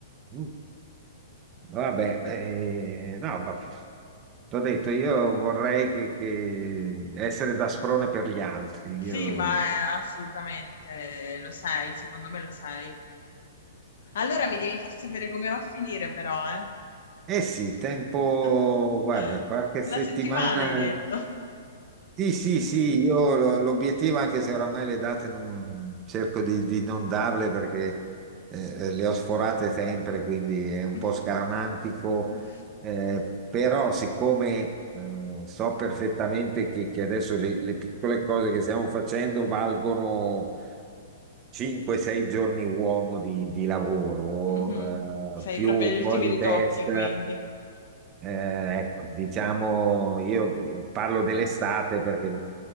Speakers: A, on the right; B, on the left.
A: mm, Vabbè, eh, no, ma t'ho detto, io vorrei che, che essere da sprone per gli altri.
B: Sì,
A: Io...
B: ma eh, assolutamente lo sei, secondo me lo sei. Allora mi devi far sapere come va a finire, però, eh.
A: Eh sì, tempo,
B: <laughs>
A: guarda, qualche settimana.
B: Una settimana hai detto.
A: Sì, sì, sì, io lo- l'obiettivo, anche se oramai le date non, cerco di, di non
B: Mh.
A: darle perché eh, eh, le ho sforate sempre, quindi è un
B: Mh.
A: po' scaramantico,
B: Mh.
A: eh, però siccome eh, so perfettamente che, che adesso le, le piccole cose che stiamo facendo valgono 5-6 giorni uomo di, di lavoro,
B: Mh-mh. Sei
A: eh, più
B: proprio
A: un
B: agli ultimi
A: po' di
B: ritocchi
A: test.
B: quindi.
A: eh, ecco, diciamo, io parlo dell'estate perché